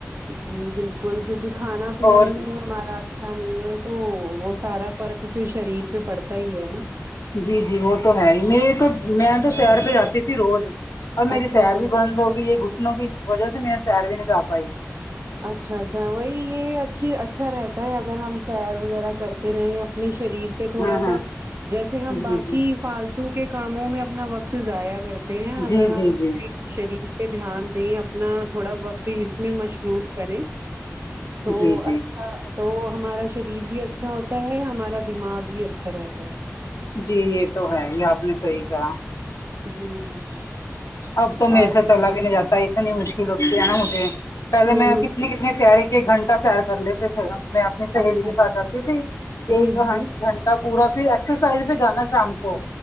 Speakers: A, on the right (about 55°); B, on the left (about 80°).
A: جی بالکل کیونکہ کھانا پینا
B: اور
A: ہی ہمارا اچھا نہیں ہے تو وہ سارا فرق پھر شریر پہ پڑتا ہی ہے نا
B: جی جی وہ تو ہے ہی میرے کو میں تو شہیر پہ جاتی تھی روز اب میری
A: اچھا
B: سیر
A: اچھا
B: بھی بند ہوگی یہ گھٹنوں کی وجہ سے مری سیر بھی نہیں جا پائی
A: اچھا اچھا وہی یہ اچھی اچھا رہتا ہے اگر ہم سیر وغیرہ کرتے رہے اپنے شریر پہ تھوڑا
B: ہاں ہاں
A: سا جیسے ہم
B: جی
A: باقی
B: جی
A: فالتو کے کاموں میں اپنا وقت ضائع کرتے اگر
B: جی
A: ہم
B: جی
A: اپنے
B: جی
A: شریر پہ دھیان دیں اپنا تھوڑا وقت اس میں مصروف کریں تو
B: جی جی
A: اچھا تو ہمارا شریر بھی اچھا ہوتا ہے ہمارا دماغ بھی اچھا رہتا ہے
B: جی یہ تو ہے یہ آپ نے صحیح کہا
A: جی جی جی
B: اب تو میرے
A: اور
B: سے چلا بھی نہیں جاتا اتنی مشکل ہوتی ہے نا مجھے پہلے
A: ہوں
B: میں
A: ہوں
B: کتنی کتنی تیاری ایک گھنٹہ سیر کر لیتے تھے میں اپنی سہیلی
A: اچھا
B: کے ساتھ جاتی تھی
A: جی
B: ایک گھن
A: جی
B: پورا پھر ایکسرسائز بھی جانا شام کو